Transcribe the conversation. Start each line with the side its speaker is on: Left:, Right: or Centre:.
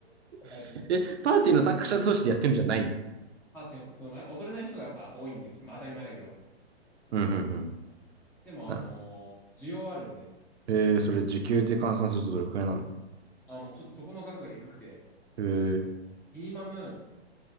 Centre: ト。バイト
Right: <laughs> え、パーティーの参加者同士でやってるんじゃないんだ。
Centre: あ、違います。その、やっぱ踊れない人がやっぱ多いんで、まあ当たり前だけど。そうそうそう。
Right: うんうんうん。
Centre: でも、
Right: なるほど
Centre: あのー需要あるんで、
Right: えー、それ時給で換算するとどれくらいなの
Centre: あ、もうちょっとそこの額がえぐくて、
Right: えー、
Centre: ミニマム、